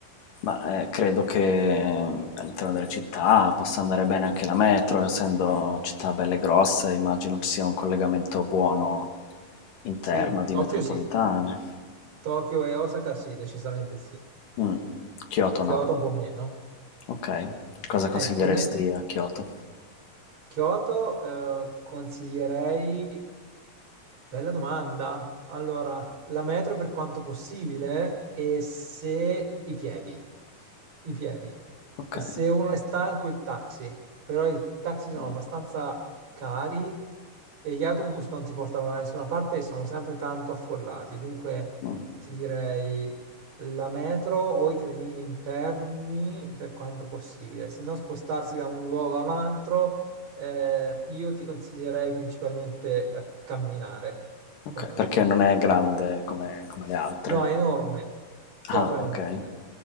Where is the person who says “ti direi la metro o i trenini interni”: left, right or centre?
Right